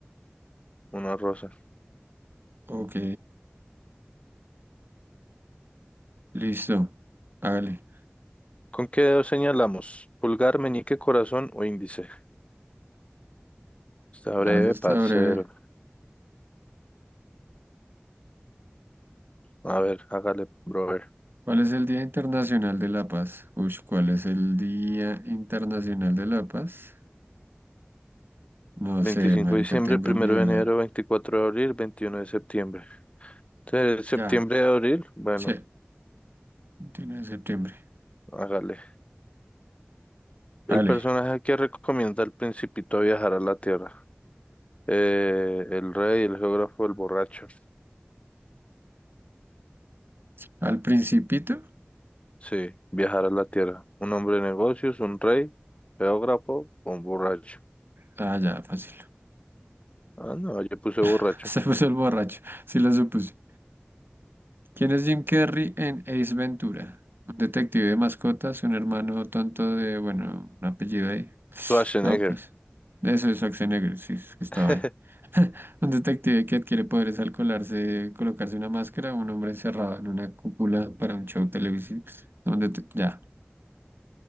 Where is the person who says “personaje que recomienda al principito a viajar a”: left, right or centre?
Left